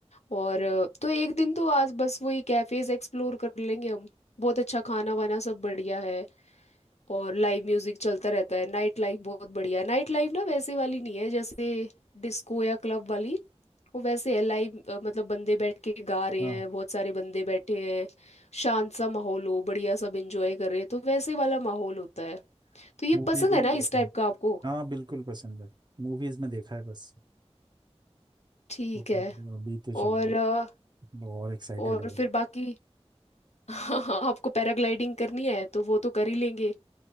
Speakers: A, on the left (about 80°); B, on the right (about 40°).
A: और अ, तो एक दिन तो आज बस वही कैफेज एक्सप्लोर कर लेंगे हम बहुत अच्छा खाना वाना सब बढ़िया है और लाइव म्यूजिक चलता रहता है नाइट लाइफ बहुत बढ़िया है नाइट लाइफ ना वैसे वाली नहीं है जैसे डिस्को या क्लब वाली वो वैसे है लाइव मतलब बंदे बैठ के गा रहे
B: हाँ
A: हैं बहुत सारे बंदे बैठे हैं शांत सा माहौल हो बढ़िया सब एंजॉय कर रहे हैं तो वैसे वाला माहौल होता है तो ये
B: मूवीज
A: पसंद
B: में
A: है ना
B: ही
A: इस
B: देखा
A: टाइप
B: है
A: का आपको
B: हाँ बिल्कुल पसंद है मूवीज में देखा है बस
A: ठीक
B: तो
A: है
B: अभी तो चलो
A: और अ,
B: और एक्साइटेड
A: और
B: हो रहा
A: फिर
B: हूँ
A: बाकी <laughs> हाँ हाँ आपको पैराग्लाइडिंग करनी है तो वो तो कर ही लेंगे